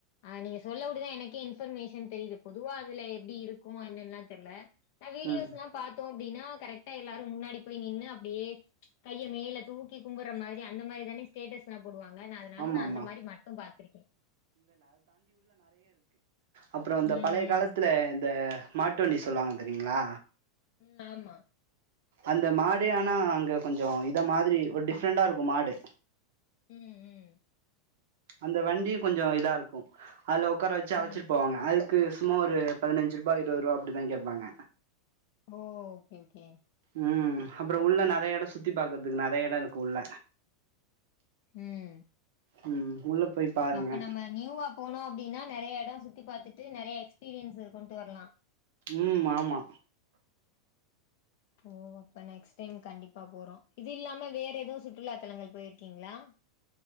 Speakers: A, on the left; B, on the right.
A: ஆஹ நீங்க சொல்லபடிதான் எனக்கே இன்ஃபர்மேஷன் தெரியுது பொதுவா அதுல எப்படி இருக்கும் அல்லாம் தெரியல நான் வீடியோஸ்
B: ம்
A: எல்லாம் பார்த்தோம் அப்படினா கரெக்ட்டா எல்லாரும் முன்னாடி போய் நின்று அப்படியே கையை மேல தூக்கி கும்மற மாரி அந்த மாரி தானே ஸ்டேட்டஸ் நான் போடுவாங்க அதனால
B: ஆமா
A: ந
B: ஆமா
A: அந்த மாரி மட்டும் பார்த்தே <unintelligible>
B: அப்புறம் அந்த
A: ம். ம்.
B: பழைய காலத்துல இந்த மாட்டுவண்டி சொல்லுவாங்க தெரியுங்களா
A: உம் ஆமா
B: அந்த மாடு ஆனா அங்க கொஞ்சம் இத மாதிரி ஒரு டிஃபரண்டா இருக்கும் மாடு
A: உம் உம்
B: அந்த வண்டியும் கொஞ்சம் இதா இருக்கும் அளு உக்கார வச்சு
A: ம்
B: அழச்சிட்டு போவாங்க அளு க்கு சும்மா ஒரு பதினஞ்சு ரூப இருபது ரூப அப்படிதான் கேட்பாங்க
A: ஓ ஓகே ஓகே
B: உம் அப்புறம் உள்ள நிறைய இடம் சுத்தி பாாரக்குறதுக்கு நிறைய இடம் இருக்கு உள்ள
A: ம்
B: உம் உள்ள போய் பாருங்க
A: அப்ப நம்ம நியூவா போனோம் அப்படின்னா நிறைய இடம் சுத்தி பாரத்துட்டு நிறைய எக்ஸ்பீரியன்ஸ் கொண்டு வரலாம்
B: உம் ஆமா
A: ஓ அப்ப நெக்ஸ்ட் டைம் கண்டிப்பா போறோம் இது இல்லாம வேற எதவும் சுற்றுலா தலங்கள் போயிருக்கீங்களா